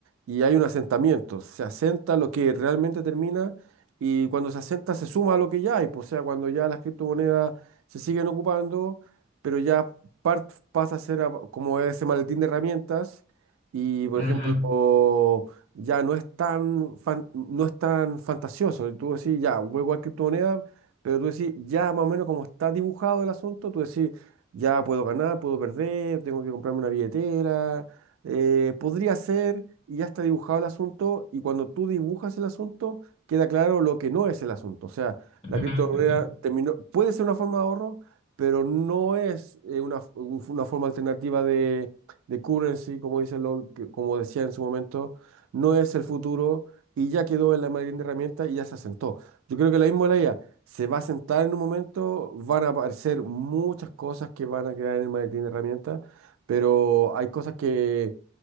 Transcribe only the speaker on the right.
y hay un asentamiento. Se asenta lo que realmente termina y cuando se asenta se suma a lo que ya hay. pues, O sea, cuando ya las criptomonedas se siguen ocupando, pero ya part- pasa a ser a- como ese maletín de herramientas y, por
ejemplo, o ya no es tan, fan- no es tan fantasioso. Y Tú decís, ya, juego a criptomonedas pero tú decís, ya más o menos como está dibujado el asunto, tú decís, ya puedo ganar, puedo perder, tengo que comprarme una billetera, eh, podría ser, y ya está dibujado el asunto, y cuando tú dibujas el asunto, queda claro lo que no es el asunto. O sea, la
criptomoneda
terminó, puede ser una forma de ahorro, pero no es eh, una, f- un- una forma alternativa de, de currency, como dicen lo, que- como decía en su momento, no es el futuro, y ya quedó en la marina de herramientas y ya se asentó. Yo creo que la misma de la IA se va a sentar en un momento, van a aparecer muchas cosas que van a quedar en el maletín de herramientas, pero hay cosas que,